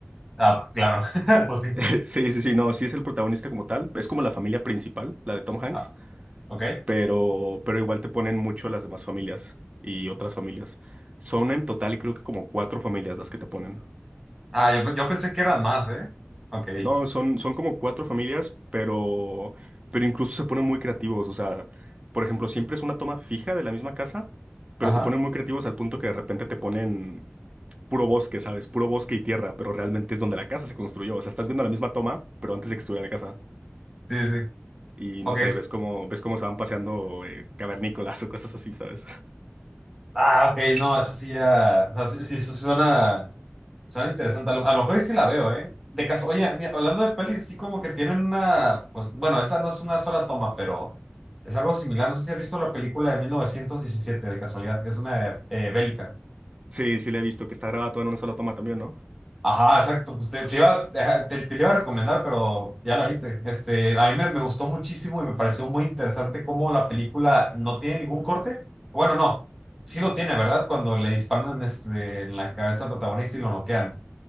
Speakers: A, in the centre; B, on the right.
A: Ah, claro, <laughs> pues sí.
B: <laughs> Sí, sí, sí, no, sí es el protagonista como tal. Es como la familia principal, la de Tom Hanks,
A: Ah, ok.
B: pero, pero igual te ponen mucho las demás familias y otras familias. Son en total creo que como cuatro familias las que te ponen.
A: Ah, yo, yo pensé que eran más, ¿eh? Ok.
B: No, son, son como cuatro familias, pero, pero incluso se ponen muy creativos. O sea, por ejemplo, siempre es una toma fija de la misma casa, pero
A: Ajá.
B: se ponen muy creativos al punto que de repente te ponen puro bosque, ¿sabes? Puro bosque y tierra, pero realmente es donde la casa se construyó. O sea, estás viendo la misma toma, pero antes de que estuviera la casa.
A: Sí, sí. sí.
B: Y
A: Ok,
B: no sé, ves cómo, ves cómo se van paseando eh, cavernícolas o cosas así, ¿sabes? <laughs>
A: Ah, ok, no, eso sí ya. O sea, sí, sí, su- suena, suena interesante. A lo, a lo mejor y sí la veo, ¿eh? De caso, oye, mira, hablando de pelis, sí como que tienen una. Pues bueno, esta no es una sola toma, pero es algo similar. No sé si has visto la película de mil novecientos diecisiete de casualidad, que es una eh, bélica.
B: Sí, sí, le he visto que está grabada toda en una sola toma también, ¿no?
A: Ajá, exacto. Pues te, te iba, a- te, te la iba a recomendar, pero ya la viste. Este, a mí me, me gustó muchísimo y me pareció muy interesante cómo la película no tiene ningún corte. Bueno, no, sí lo tiene, ¿verdad? Cuando le disparan este, en la cabeza al protagonista y lo noquean.